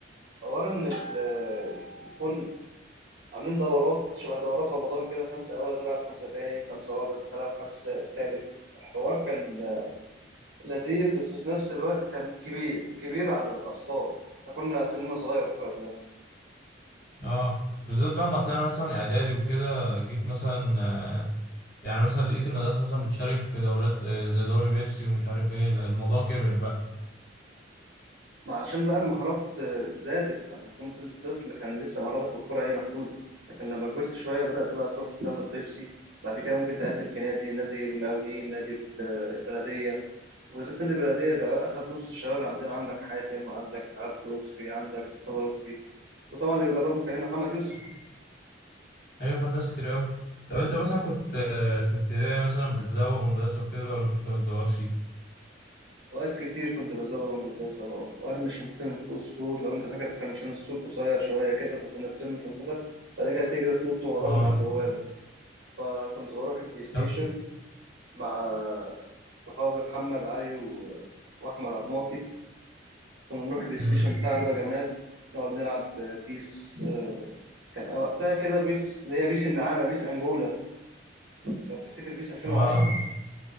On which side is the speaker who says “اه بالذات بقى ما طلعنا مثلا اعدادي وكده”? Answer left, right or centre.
Left